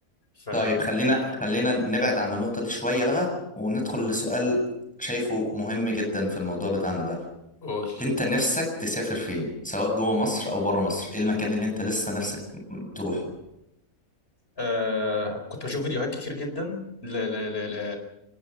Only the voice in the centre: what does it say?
طيب خلينا خلينا نبعد عن النقطة دي شوية بقى وندخل لسؤال شايفه مهم جدا في الموضوع بتاعنا ده
انت نفسك تسافر فين سواء جوه مصر او بره مصر ايه المكان اللي انت لسه نفسك تروحه